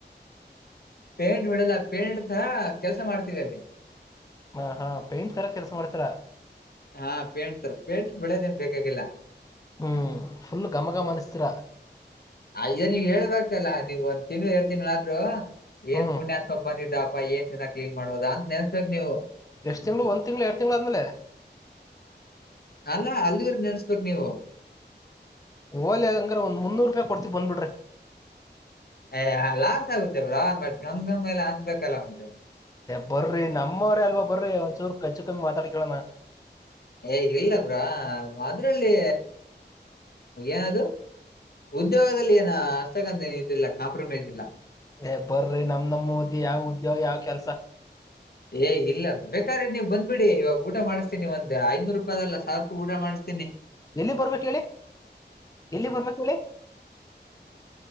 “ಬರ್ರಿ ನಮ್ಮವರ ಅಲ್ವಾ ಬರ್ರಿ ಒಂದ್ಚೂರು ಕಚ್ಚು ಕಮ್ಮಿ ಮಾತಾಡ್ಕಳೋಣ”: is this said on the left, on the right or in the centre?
Left